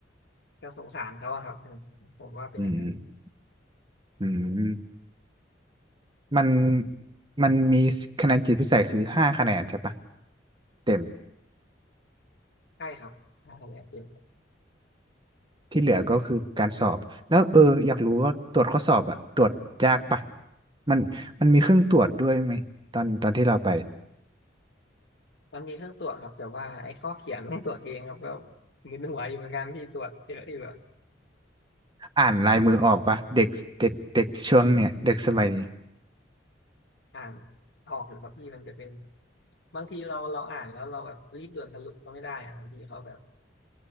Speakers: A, on the left; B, on the right.
A: ก็สงสารเขาอะครับผมว่าเป็นอย่างนั้น
B: อืมอืมมันมันมีคะแนนจิตพิเศษคือห้าคะแนนใช่ปะเต็ม
A: ใช่ครับถ้าคะแนนเต็ม
B: ที่เหลือก็คือการสอบแล้วเอออยากรู้ว่าตรวจข้อสอบอะตรวจยากปะมันมันมีเครื่องตรวจด้วยไหมตอนตอนที่เราไป
A: มันมีเครื่องตรวจครับแต่ว่าไอ้ข้อเขียนต้องตรวจเองครับก็มึนหัวอยู่เหมือนกันพี่ตรวจเยอะอยู่
B: อ่านลายมือออกปะเด็กเด็กเด็กช่วงเนี่ยเด็กสมัยนี้
A: อ่านออกอยู่ครับพี่มันจะเป็นบางทีเราเราอ่านแล้วเราแบบรีบด่วนสรุปก็ไม่ได้อะบางทีเขาแบบ